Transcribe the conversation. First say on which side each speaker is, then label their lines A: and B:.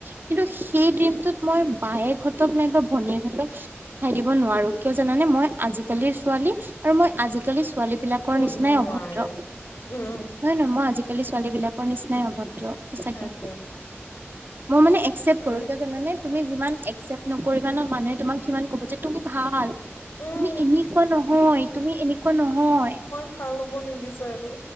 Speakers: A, on the right; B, on the left.
A: কিন্তু সেই ডিমটোত মই বায়েক হতক নাইবা ভনীয়েক হতক- ঠাই দিব নোৱাৰো কিয় জানানে মই আজিকালিৰ ছোৱালী আৰু মই আজিকালি- ছোৱালী বিলাকৰ
B: কোনো
A: নিচিনাই
B: নোৱাৰে
A: অভদ্ৰ। নহয়
B: উম
A: নহয় মই আজিকালি ছোৱালী বিলাকৰ নিচিনাই অভদ্ৰ সঁচাকে।
B: সেইটোৱে
A: মই মানে একচেপ্ট
B: আৰু
A: কৰো জানে তুমি যিমান- একচেপ্ট নকৰিবা ন, মানুহে তোমাক সিমান কব যে তুমি ভাল। তুমি
B: উম
A: এনেকুৱা নহয় তুমি এনেকুৱা নহয়।
B: চাহ ল'ব নিবিচাৰো